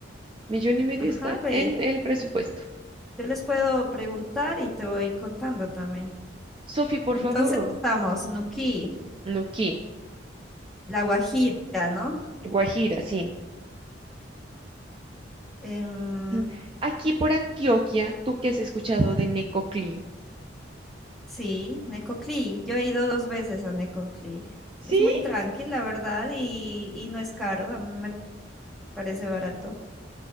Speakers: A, on the right (about 25°); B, in the centre.
A: Millón y medio
B: Ajá,
A: está
B: ve.
A: en el presupuesto.
B: Yo les puedo preguntar y te voy contando también.
A: Sofi, por
B: Entonces
A: favor.
B: estamos, Nuquí,
A: Nuquí,
B: La Guajira, ¿no?
A: Guajira, sí.
B: Em,
A: Mm. Aquí por Antioquia, ¿tú qué has escuchado de Necoclí?
B: Sí, Necoclí. Yo he ido dos veces a Necoclí.
A: ¿Sí?
B: Es muy tranqui, la verdad, y, y no es caro. A mí me parece barato.